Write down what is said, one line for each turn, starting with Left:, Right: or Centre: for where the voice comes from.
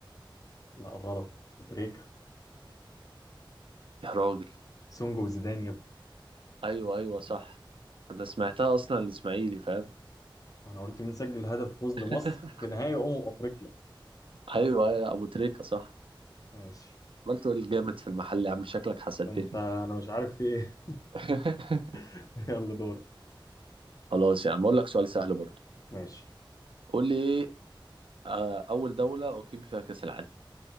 Left: لا غلط بتريكا
Right: يا راجل
Left: سونجو وزيدان يا ابني
Right: أيوة أيوة صح أنا سمعتها أصلا الإسماعيلي فاهم
Left: انا قلت مين سجل هدف فوز
Right: <laughs>
Left: لمصر في نهائي امم افريقيا
Right: أيوة أيوة أبو تريكة صح
Left: ماشي
Right: عملت تقول جامد في المحل يا عم شكلك حسدتني
Left: ده انت انا مش عارف في ايه
Right: <laughs>
Left: <laughs> يلا دور
Right: خلاص يا عم أقول لك سؤال سهل برضه
Left: ماشي
Right: قول لي ايه آه، اول دولة اقيم فيها كأس العالم